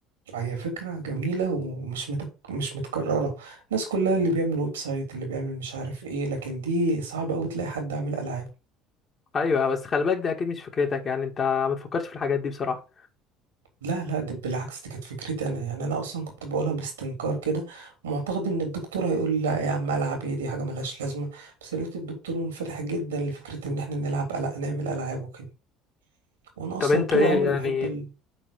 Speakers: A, on the right (about 85°); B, on the left (about 40°).
A: فهي فكرة جميلة ومش متك... مش متكررة الناس كلها اللي بيعمل ويب سايت اللي بيعمل مش عارف ايه لكن دي صعب أوي تلاقي حد عامل ألعاب
B: أيوة بس خلي بالك ده أكيد مش فكرتك يعني انت ما تفكرش في الحاجات دي بصراحة
A: لا لا ده بالعكس دي كانت فكرتي انا يعني انا اصلا كنت بقولها باستنكار كده ومعتقد ان الدكتور هيقول لي لا يا عم العب ايه دي حاجه ملهاش لازمه بس لقيت الدكتور منفتح جدا لفكره ان احنا نلعب ألع... نعمل العاب وكده وانا اصلا
B: طب انت
A: طول
B: ايه
A: عمري
B: يعني
A: بحب ال...